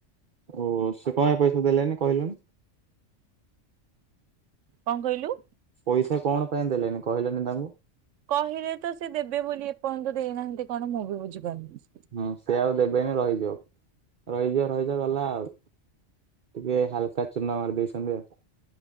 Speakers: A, on the right; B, on the right.
A: ଓ, ସେ କଣ ପାଇଁ ପଇସା ଦେଲେଣିି କହିଲୁନି?
B: କଣ କହିଲୁ?
A: ପଇସା କଣ ପାଇଁ ଦେଲେଣିି, କହିଲେନି ତାଙ୍କୁ?
B: କହିଲେ ତ ସେ ଦେବେ ବୋଲି, ଏପର୍ଯ୍ୟନ୍ତ ଦେଇନାହାନ୍ତି କଣ ମୁଁ ବି ବୁଝିପାରୁନି?
A: ହୁଁ, ସେ ଆଉ ଦେବେନି ରହିଯିବ ରହିଯିବ ରହିଯିବ ଗଲା ଆଉ। ଟିକେ ହାଲକା ଚୁନ ମାରି ଦେଇଛନ୍ତି ଆଉ।